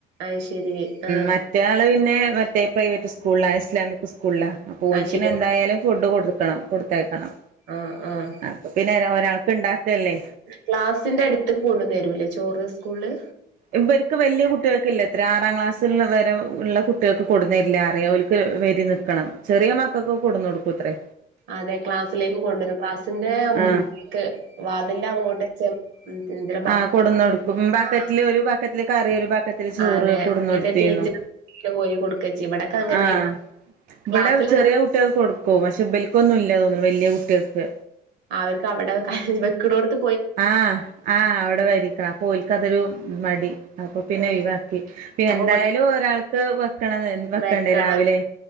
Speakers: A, on the right (about 85°); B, on the right (about 50°).
A: അയ് ശരി. ആഹ്
B: മറ്റെ ആൾ പിന്നെ മറ്റേ പ്രൈവറ്റ് സ്കൂളിലാണ് ഇസ്ലാമിക് സ്കൂളിലാണ് അപ്പോൾ ഓൽക്കിന്നെ
A: അത് ശരി
B: എന്തായാലും ഫുഡ് കൊടുക്കണം കൊടുത്തേക്കണം
A: ആഹ് ആഹ്
B: അപ്പൊ പിന്നെ ഒരാൾക്ക് ഉണ്ടാക്കല്ലേ
A: ക്ലാസ്സിന്റെ അടുത്തേക് കൊണ്ടുന്നു തരൂല്ലേ ചോറ് സ്കൂള്
B: ഇവർക്ക് വലിയ കുട്ടികൾക്കില്ല ഇത്ര ആറാം ക്ലാസ്സിൽ വരെ ഉള്ള കുട്ടികൾക്ക് കൊട്ന്നേരില്ല അറിയാം അവരിക്ക് വെരി നി ക്കണം ചെറിയ മക്കൊക്കെ കൊടു ന്നു കൊടുക്കൂ അത്രേ
A: അതെ ക്ലാസ്സിലേക്ക് കൊണ്ടുവരും ക്ലാസ്സിന്റെ മുന്നേക്ക്
B: ആഹ്
A: വാതിന്റെ അങ്ങോട്ട് <unintelligible>
B: ആഹ കൊടന്ന് കൊടുക്കും. ബാക്കറ്റില്
A: ആ
B: ഒരു ബാക്കറ്റില് കറി ഒരു ബാക്കറ്റ് ചോറ്
A: അതെ
B: കൊടന്നതേനു.
A: എന്നിട്ട് ടീച്ചർ കോരി കൊടുക്ക ചെയ്യ ഇവിടൊക്കെ അങ്ങനെയാണ്
B: ആഹ ഇവടെ
A: ക്ലാസ്സില്
B: ചെറിയ കുട്ടികൾക്ക് കൊടുക്കും. പക്ഷെ ഇ ബലിക്കൊന്നും ഇല്ല തോന്നുന്നു വലിയ കുട്ടികൾക്ക്.
A: അവർക്ക് അവിടെ ക വെക്കുണോടത്ത്,
B: ആഹ ആഹ അവിടെ വരിക്കണം. അ പോലിക്കതൊരു മടി. അപ്പൊ പിന്നെ
A: ഏ
B: ഒഴിവാക്കി.
A: അപ്പൊ
B: എന്തായാലും
A: ഇവിടെ
B: ഒരാൾക്ക് വെക്കണ വെക്കണ്ടേ
A: വെക്കണം
B: രാവിലെ.